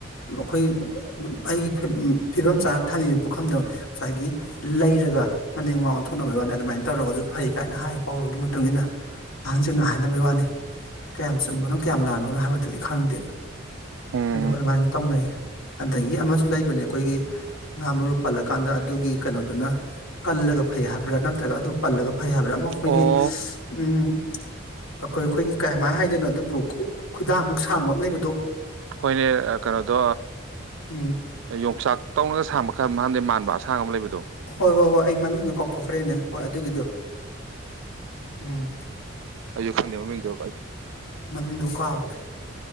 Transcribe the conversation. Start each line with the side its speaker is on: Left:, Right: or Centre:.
Left: ꯑꯩꯈꯣꯏ ꯑꯩꯒꯤ ꯐꯤꯕꯝ ꯆꯥꯅ ꯊꯝꯕꯤꯕ ꯄꯨꯈꯝꯗꯣ ꯉꯁꯥꯏꯒꯤ ꯂꯩꯔꯒ ꯃꯅꯤꯡ ꯃ ꯑꯣꯟꯊꯣꯛꯅꯕ ꯋꯥꯅꯤ ꯑꯗꯨꯃꯥꯏꯅ ꯇꯧꯔꯒꯁꯨ ꯐꯩ ꯀꯥꯏꯅ ꯍꯥꯏ ꯄꯥꯎꯔꯒꯤ ꯃꯇꯨꯡ ꯏꯟꯅ ꯑꯍꯟꯁꯤꯡꯅ ꯍꯥꯏꯅꯕꯒꯤ ꯋꯥꯅꯤ ꯀꯌꯥꯝ ꯆꯨꯝꯕꯅꯣ ꯀꯌꯥꯝ ꯂꯥꯟꯕꯅꯣ ꯍꯥꯏꯕꯗꯨꯗꯤ ꯈꯪꯗꯦ
Right: ꯎꯝ
Left: ꯑꯗꯨ ꯑꯗꯨꯃꯥꯏꯅꯁꯨ ꯇꯧꯅꯩ ꯑꯗꯒꯤ ꯑꯃꯁꯨ ꯂꯩꯕꯅꯦ ꯑꯩꯈꯣꯏꯒꯤ ꯉꯥ ꯃꯔꯨ ꯄꯜꯂꯀꯥꯟꯗ ꯑꯗꯨꯒꯤ ꯀꯩꯅꯣꯗꯨꯅ ꯀꯜꯂꯒ ꯐꯩ ꯍꯥꯏꯕ꯭ꯔꯥ ꯅꯠꯇ꯭ꯔꯒ ꯑꯗꯨ ꯄꯜꯂꯒ ꯐꯩ ꯍꯥꯏꯕꯗꯥ ꯑꯃꯨꯛ ꯑꯩꯈꯣꯏꯒꯤ
Right: ꯑꯣ
Left: ꯎꯝ ꯑꯩꯈꯣꯏ ꯑꯩꯈꯣꯏꯒꯤ ꯀꯃꯥꯏꯅ ꯍꯥꯏꯗꯣꯏꯅꯣ ꯑꯗꯨꯕꯨ ꯈꯨꯗꯥꯡꯃꯨꯛ ꯁꯥꯡꯕ ꯑꯃ ꯂꯩꯕꯗꯣ
Right: ꯍꯣꯏꯅꯦ ꯀꯩꯅꯣꯗꯣ
Left: ꯎꯝ
Right: ꯌꯣꯡꯆꯥꯛ ꯇꯧꯅꯒ ꯁꯥꯥꯡꯃꯛ ꯈꯔ ꯃꯟꯗꯤ ꯃꯥꯟꯕ ꯑꯁꯥꯡ ꯑꯃ ꯂꯩꯕ
Left: ꯍꯣꯏ ꯍꯣꯏ ꯍꯣꯏ ꯃꯃꯤꯡꯗꯣ ꯀꯥꯎꯊꯣꯛꯈ꯭ꯔꯦꯅꯦ ꯍꯣꯏ ꯑꯗꯨꯒꯤꯗꯣ ꯎꯝ
Right: ꯑꯁꯨ ꯈꯪꯗꯦꯣ ꯃꯡꯗꯣ
Left: ꯃꯃꯤꯡꯗꯣ ꯀꯥꯎꯒ꯭ꯔꯦ